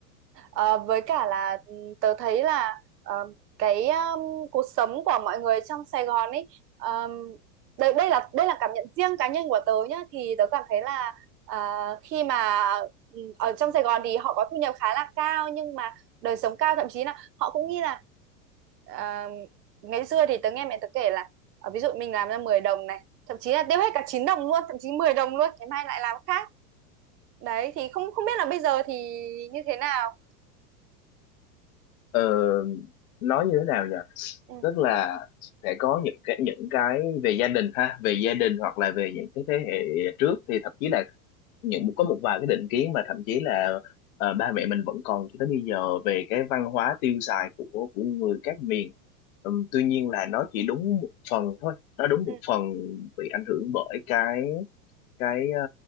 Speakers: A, on the right (about 85°); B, on the left (about 60°).
A: Ờ, với cả là ừ, tớ thấy là ờ, cái um, cuộc sống của mọi người trong Sài Gòn ấy um, đây đây là đây là cảm nhận riêng cá nhân của tớ nhá thì tớ cảm thấy là à, khi mà ừ, ở trong Sài Gòn thì họ có thu nhập khá là cao nhưng mà đời sống cao thậm chí là họ cũng nghĩ là à, ngày xưa thì tớ nghe mẹ tớ kể là ờ, ví dụ mình làm ra 10 đồng này thậm chí là tiêu hết cả 9 đồng luôn thậm chí 10 đồng luôn ngày mai lại làm khác đấy thì không không biết là bây giờ thì như thế nào
B: Ờ, nói như thế nào nhỉ
A: ừ.
B: tức là sẽ có những cái những cái về gia đình ha về gia đình hoặc là về những cái thế hệ trước thì thậm chí là những có một vài cái định kiến mà thậm chí là ờ, ba mẹ mình vẫn còn cho tới bây giờ về cái
A: ừ
B: văn hóa tiêu xài của của người các miền Ừm, tuy nhiên là nó chỉ đúng một phần thôi nó đúng một
A: ừ
B: phần bị ảnh hưởng bởi cái cái ờ,